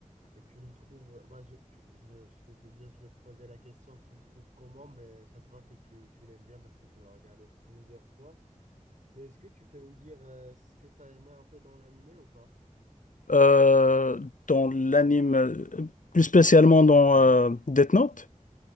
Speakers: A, on the right; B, on the left.
A: Et tu le trouves. euh, Bah, je, tu- je, je vais te dire, je vais te poser la question, tu le trouves comment, mais ça se voit que tu, tu l'aimes bien parce que tu l'as regardé plusieurs fois. Mais est-ce que tu peux me dire euh, ce que tu as aimé un peu dans l'animé ou pas?
B: Euh, dans l'anime, euh, plus spécialement dans euh, Death Note,